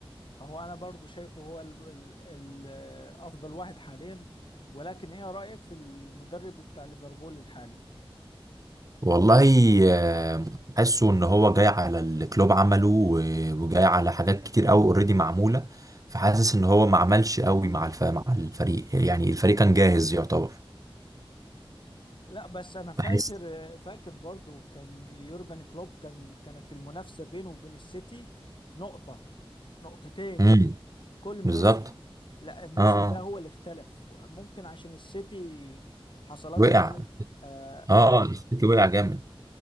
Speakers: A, on the left; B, on the right.
A: هو انا برضو شايفه هو ال ال ال افضل واحد حاليا ولكن ايه رايك في المدرب بتاع ليفربول الحالي
B: والله آه، حاسه ان هو جاي على الكلوب عمله و- وجاي على حاجات كتير قوي اوريدي معمولة فحاسس ان هو ما عملش قوي مع الف... مع الفريق يعني الفريق كان جاهز يعتبر
A: لا بس انا فاكر
B: بحس
A: فاكر برضو كان يورجن كلوب كان كانت المنافسه بينه وبين السيتي نقطه نقطتين
B: امم
A: كل موسم
B: بالظبط
A: لا الموسم
B: اه آه.
A: ده هو اللي اختلف ممكن عشان السيتي حصلت
B: وقع
A: له حاجه آه،
B: اه اه السيتي وقع جامد